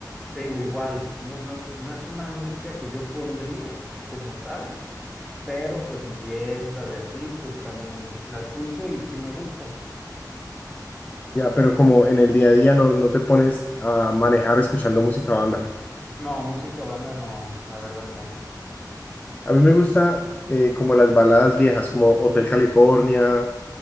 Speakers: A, in the centre; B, on the left.
A: te digo igual, no, no, es no es una música que yo pondría como tal, pero pues en fiestas y así, pues también la escucho y sí me gusta.
B: ya, pero como en el día a día no, no te pones a manejar escuchando música banda.
A: No, música banda no, la verdad no.
B: A mí me gusta eh, como las baladas viejas, como Hotel California